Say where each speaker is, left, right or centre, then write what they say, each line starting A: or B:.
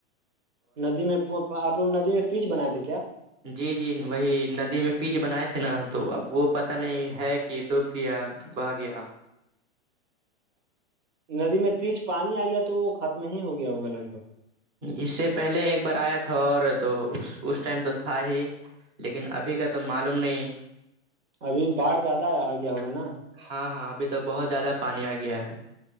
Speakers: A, on the right (about 75°); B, on the right (about 15°).
A: ندی میں آپ لوگ ندی میں پیچ بنائے تھے کیا
B: جی جی وہی ندی میں پیچ بنائے تھے نا تو اب وہ پت نہیں ہے کہ ڈوب گیا بہ گیا
A: ندی میں پیچ پانی آ گیا تو وہ ختم ہی ہو گیا ہوگا لگ بھگ
B: اس سے پہلے ایک بار آیا تھا اور تو اس اس ٹائم تو تھا ہی لیکن ابھی کا تو معلوم نہیں
A: ابھی باڑ زیادہ آگیا ہوگا نا
B: ہاں ہاں ابھی تو بہت زیادہ پانی آ گیا ہے